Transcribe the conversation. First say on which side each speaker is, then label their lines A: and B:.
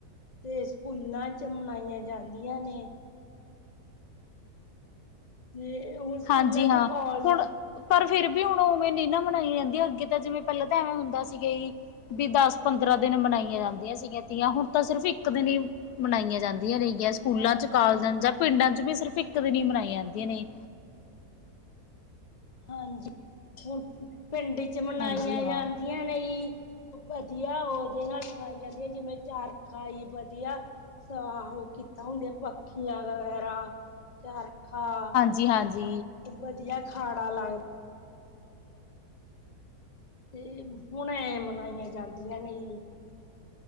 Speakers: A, on the left; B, on the left.
A: ਤੇ ਸਕੂਲਾਂ ਚ, ਮਨਾਈਆਂ ਜਾਂਦੀਆਂ ਨੇ ਤੇ ਹੁਣ, ਸਕੂਲਾਂ
B: ਹਾਂਜੀ ਹਾਂ
A: ਤੇ ਕੋਾਲਜ
B: ਹੁਣ ਪਰ, ਫ਼ਿਰ ਵੀ ਹੁਣ ਉਵੇਂ ਨਹੀਂ ਨਾ ਬਨਾਈਆ ਜਾਂਦੀਆਂ ਅੱਗੇ ਤਾਂ ਜਿਵੇਂ, ਪਹਿਲਾਂ ਤਾਂ ਐਵੇਂ ਹੁੰਦਾ ਸੀਗਾ। ਵੀ ਦਸ, ਪੰਦਰਾਂ ਦਿਨ ਮਨਾਈਆਂ ਜਾਂਦੀਆਂ ਸੀਗੀਆਂ ਤੀਆਂ, ਹੁਣ, ਤਾਂ ਸਿਰਫ ਇੱਕ ਦਿਨ ਹੀ। ਮਨਾਈਆਂ ਜਾਂਦੀਆਂ ਨੇਗੀਆਂ, ਸਕੂਲਾਂ
A: ਹਾਂਜੀ
B: ਚ ਕਾਲਜਾਂ ਜਾਂ ਪਿੰਡਾਂ ਚ ਵੀ ਸਿਰਫ਼ ਇੱਕ ਦਿਨ ਹੀ ਮਨਾਈਆਂ ਜਾਂਦੀਆਂ ਨੇ
A: ਹਾਂਜੀ, ਹੁਣ ਪਿੰਡ ਚ ਮਨਾਈਆਂ
B: ਹਾਂਜੀ ਹਾਂ
A: ਜਾਂਦੀਆਂ ਨੇ ਵਧੀਆ, ਉਹਦੇ ਨਾਲ ਬਣਾਈ ਜਾਂਦੀ ਹੈ ਜਿਵੇਂ, ਚਾਰਖਾਈ ਵਧੀਆ ਸ ਉਹ ਕੀਤਾ ਹੁੰਦੀਆਂ, ਪੱਖੀਆਂ ਵਗੈਰਾ, ਚਰਖਾ
B: ਜੀ ਹਾਂਜੀ
A: ਵਧੀਆ, ਖਾਣਾ ਲਾਏ। ਤੇ ਹੁਣ ਐ, ਮਨਾਈਆਂ ਜਾਂਦੀਆਂ ਨੇ ਜੀ।